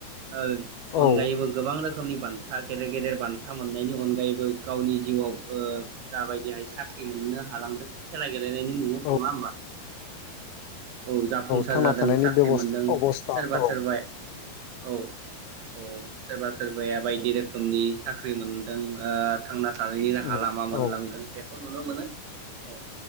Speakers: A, on the right; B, on the left.
A: ओ अनगायबो
B: औ
A: गोबां रोखोमनि बान्था गेदेर गेदेर बान्था मोननायनि अनगायैबो गावनि जिउआव ओ दाबायदिहाय साख्रि मोननो हालांदों खेला गेलेनायनि मुङाव
B: औ
A: नङा होमबा? औ जाफुंसार
B: थांना
A: जादों
B: थानायनि
A: साख्रि
B: बेबस्था
A: मोनदों
B: अबस्था
A: सोरबा
B: औ
A: सोरबा औ। औ। सोरबा सोरबाया बायदि रो खोमनि साख्रि मोनदों ओ थांना थानायनि
B: उम
A: राहा लामा मोनलांगोन
B: औ
A: बे खौ नुनो मोनो। औ